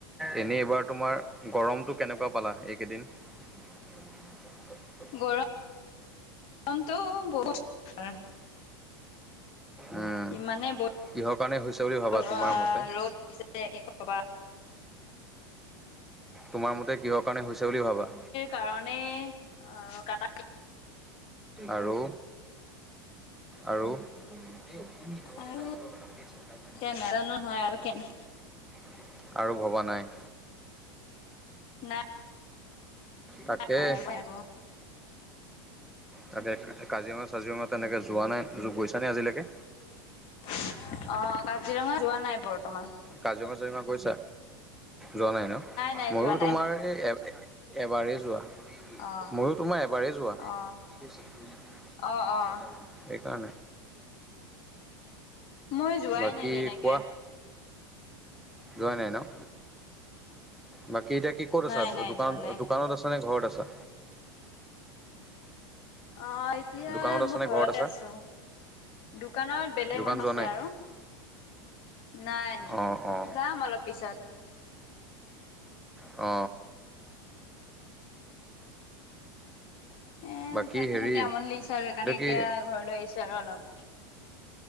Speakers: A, in the centre; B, on the left.
A: এনেই এইবাৰ তোমাৰ গৰমতটো কেনেকুৱা পালা এইকেইদিন? <unintelligible>
B: গৰম <inaudible> টো বহুত
A: উম
B: ইমানেই ব
A: কিহৰ কাৰণে হৈছে
B: <inaudible>
A: বুলি ভাবা তোমাৰ মতে
B: ৰ'দ দিছে কি কবা।
A: তোমাৰ মতে কিহৰ কাৰণে হৈছে বুলি ভাবা?
B: কাৰনে অ <unintelligible>
A: আৰু? আৰু? <unintelligible>
B: আৰু এতিয়া নাজানো হয় আৰু কেনে
A: আৰু ভবা নাই। <inaudible>
B: নাই
A: তাকে
B: নাই
A: <inaudible>
B: আকৌ
A: তাকে কাজিৰঙা, ছাজিৰঙা তেনেকে পোৱা নাই, গৈছানে আজিলৈকে?
B: <inaudible> অ কাজিৰঙা যোৱা নাই' বৰ্তমান।
A: কাজিৰঙা, চাজিৰঙা গৈছা? যোৱা নাই ন?
B: নাই
A: ময়ো
B: যোৱা নাই
A: তোমাৰ এই এ এবাৰেই যোৱা।
B: অ
A: ময়ো তোমাৰ এবাৰেই যোৱা।
B: অ
A: সেই
B: অ অ
A: কাৰণে।
B: মই যোৱাই
A: বাকী
B: নাই তেনেকে
A: কোৱা? যোৱা নাই ন? বাকী এতিয়া কি ক'ত
B: নাই
A: আছা?
B: নাই
A: দোকানত
B: যোৱা নাই
A: দোকানত আছা নে ঘৰত আছা?
B: অ এতিয়া
A: দোকানত আছা
B: মই
A: নে
B: ঘৰতে
A: ঘৰত আছা
B: আছোঁ, দোকানত বেলেগ
A: দোকান
B: মানুহ
A: যোৱা
B: আছে
A: নাই
B: আৰু। নাই
A: অ অ
B: যাম অলপ পিছত।
A: অ।
B: এ
A: বাকী
B: থাকি
A: হেৰি
B: - থাকি আমনি লাগিচে আৰু সেইকাৰণে
A: এইটো
B: এতিয়া
A: কি
B: ঘৰলৈ আহিছো আৰু অলপ।